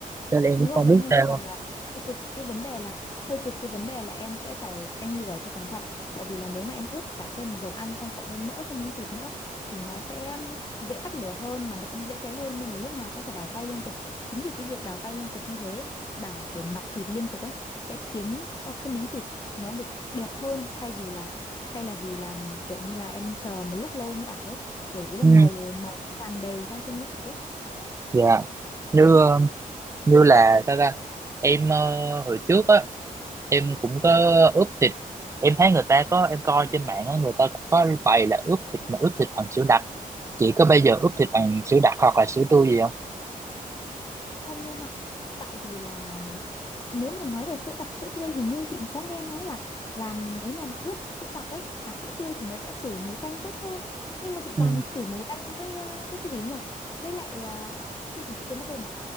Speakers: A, on the right (about 20°); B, on the left (about 30°).
A: cho nên em
B: Đúng
A: cũng
B: rồi,
A: không
B: vậy
A: biết
B: nên
A: sao
B: chị bảo là hơi cực cái vấn đề là hơi cực cái vấn đề là em sẽ phải canh lửa cho cẩn thận tại vì là nếu mà em ướp cả thêm dầu ăn xong cộng với mỡ trong miếng thịt nữa thì nó sẽ dễ bắt lửa hơn mà nó cũng dễ cháy hơn nên là lúc nào cũng phải đảo tay liên tục chính vì cái việc đảo tay liên tục như thế đảo kiểu mặt thịt liên tục ấy sẽ khiến cho cái miếng thịt nó được đẹp hơn thay vì là thay là vì là kiểu như là em chờ một lúc lâu em mới đảo ấy kiểu ý là
A: ừ
B: màu màu nó dàn đều ra cái miếng thịt ấy
A: dạ như ờ, như là sao ta em ờ, hồi trước á em cũng có ướp thịt em thấy người ta có em coi trên mạng á người ta cũng có bày là ướp thịt mà ướp thịt bằng sữa đặc chỉ có bây giờ ướp thịt bằng sữa đặc hoặc là sữa tươi gì
B: không em ạ tại vì là nếu mà nói về sữa đặc sữa tươi hình như chị có nghe nói là làm nếu mà ướp sữa đặc ấy à sữa tươi thì nó sẽ khử mùi tanh tốt hơn nhưng mà chị
A: Ừ,
B: toàn khử mùi tanh với ờ, với cái gì nhỉ với lại ờ, cái gì chị quên mất tên rồi